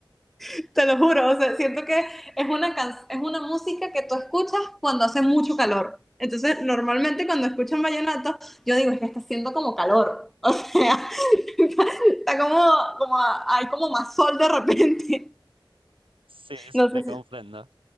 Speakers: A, in the centre; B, on the right.
A: <laughs> Te lo juro. O sea, siento que es una can- es una música que tú escuchas cuando hace mucho calor. Entonces, normalmente cuando escuchan vallenato, yo digo, es que está haciendo como calor. <laughs> O sea, <laughs> está como, como, hay como más sol de repente. <laughs>
B: Sí, sí,
A: No
B: te
A: sé
B: comprendo.
A: si,